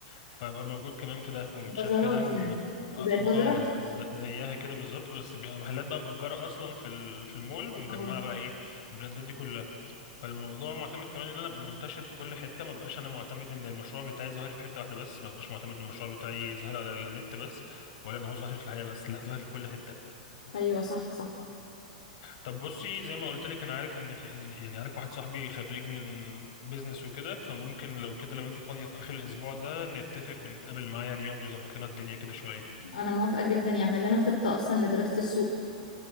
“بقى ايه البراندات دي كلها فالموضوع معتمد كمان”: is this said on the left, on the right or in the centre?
Left